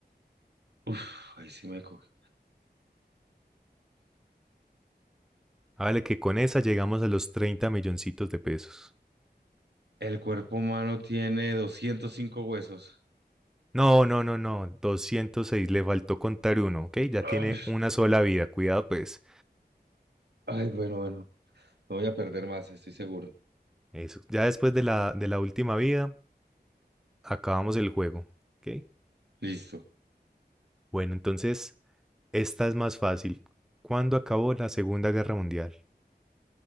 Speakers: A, on the right (about 75°); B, in the centre.
A: Uf, ahí sí me cogió.
B: Hágale que con esa llegamos a los 30 milloncitos de pesos.
A: El cuerpo humano tiene 205 huesos.
B: No, no, no, no. 206. le faltó contar uno, ¿ok? Ya
A: Ay,
B: tiene una sola vida. Cuidado, pues.
A: ay, bueno, bueno. No voy a perder más, estoy seguro.
B: Eso. Ya después de la, de la última vida, acabamos el juego, ¿ok?
A: Listo.
B: Bueno, entonces, esta es más fácil. ¿Cuándo acabó la Segunda Guerra Mundial?